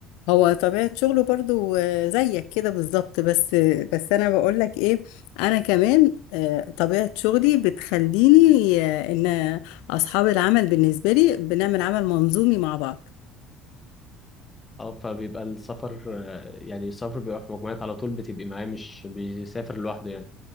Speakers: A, on the left (about 60°); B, on the left (about 20°).
A: هو طبيعة شغله برضو آه، زيك كده بالظبط بس بس أنا بقولك إيه أنا كمان آه، طبيعة شغلي بتخليني آه، إن أصحاب العمل بالنسبة لي بنعمل عمل منظومي مع بعض
B: اه فبيبقى السفر آه، يعني السفر بيبقى في مجموعات على طول بتبقي معاه مش بيسافر لوحده يعني